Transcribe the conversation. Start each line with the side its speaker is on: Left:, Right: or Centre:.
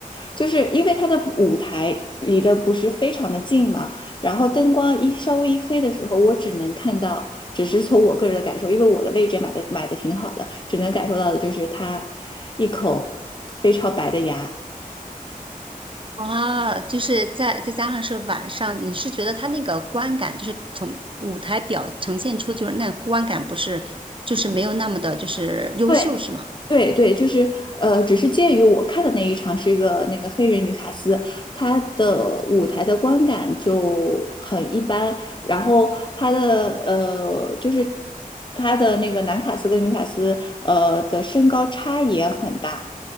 Left: 就是因为它的舞台离得不是非常的近嘛，然后灯光一稍微一黑的时候，我只能看到，只是从我个人的感受，因为我的位置买的买的挺好的，只能感受到的就是他一口非常白的牙。
Right: 啊，就是再再加上是晚上，你是觉得他那个观感，就是从舞台表呈现出，就是那观感不是，就是没有那么的，就是优秀，
Left: 对。
Right: 是吗？
Left: 对对，就是呃，只是鉴于我看的那一场是一个那个黑人女卡斯，她的舞台的观感就很一般，然后她的呃，就是她的那个男卡斯跟女卡斯呃的身高差也很大，